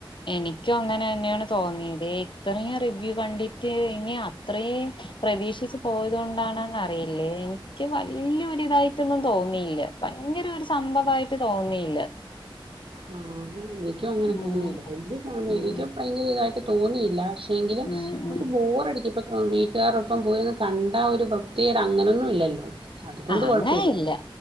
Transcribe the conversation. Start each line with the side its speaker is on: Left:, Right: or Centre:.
Left: എനിക്കും അങ്ങനെ തന്നെയാണ് തോന്നിയതെ ഇത്രയും റിവ്യൂ കണ്ടിട്ട് ഇനി അത്രയും പ്രതീക്ഷിച്ച് പോയതു കൊണ്ടാണെന്നറിയില്ലേ എനിക്ക് വല്യരുതായിട്ടൊന്നും തോന്നിയില്ല പയ്ങ്കര ഒരു സംഭവായിട്ട് തോന്നിയില്ല
Right: ആ നി എയ്കും അങ്ങനെ
Left: ഉം
Right: തോന്നിയില്ല വലിയ സമയം
Left: ഉം
Right: എനിക്ക് ഭയങ്കര ഇതായിട്ട് തോന്നിയില്ല ക്ഷെങ്കില്
Left: ഉം
Right: നമുക്ക്
Left: ഉം
Right: ബോ റടിക്കി പ്പ വീട്ടുകാറൊപ്പം പോയിര് ന്ന് കണ്ട ഒരു വൃത്തി യേട് അങ്ങനൊന്നും ഇല്ലല്ലോ അതുകൊണ്ട്
Left: ആ അങ്ങനെല്ല
Right: കുഴപ്പമില്ലായിരുന്നു